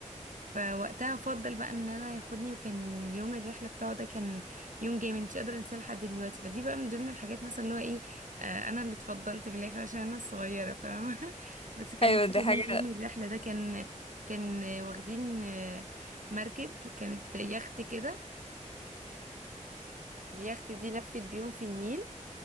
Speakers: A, on the right (about 80°); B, on the left (about 45°).
A: فوقتها افضل بقى ان انا ياخدني وكان يوم الرحله بتاعه ده كان يوم جامد مش قادره انساه لحد دلوقتي فدي بقى من ضمن الحاجات مثلا اللي هو ايه آه انا اللي اتفضلت بالاخر عشان انا الصغيره فاهمه <laughs> بس كان
B: أيوة
A: يوم
B: دي
A: جميل
B: حاجة
A: يوم الرحله ده كان كان آه، واخدين آه، مركب كانت يخت كده اليخت دي لفت بيهم في النيل